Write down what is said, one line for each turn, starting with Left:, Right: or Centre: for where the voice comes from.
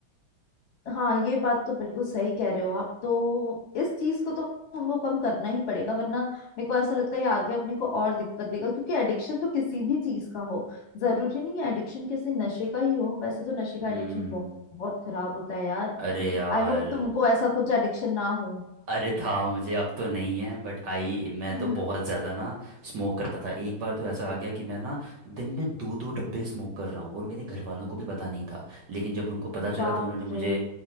Left: हाँ ये बात तो बिल्कुल सही कह रहे हो आप तो इस चीज को तो हमको कम करना ही पड़ेगा वरना मेरे को ऐसा लगता है ये आगे अपने को और दिक्कत देगा क्योंकि एडिक्शन तो किसी भी चीज का हो जरूरी नहीं है एडिक्शन किसी नशे का ही हो वैसे तो नशे का
Right: हम्म
Left: एडिक्शन बहुत, बहुत खराब होता है यार
Right: अरे यार
Left: आई होप तुमको ऐसा कुछ एडिक्शन ना हो
Right: अरे था मुझे अब तो नहीं है बट आई मैं
Left: <laughs>
Right: तो बहुत ज़्यादा ना स्मोक करता था एक बार तो ऐसा आ गया कि मैं ना दिन में दो दो डब्बे स्मोक कर रहा हूँ और मेरे घर वालों को भी पता नहीं था लेकिन जब उनको पता चला
Left: बाप
Right: तो उन्होंने मुझे
Left: रे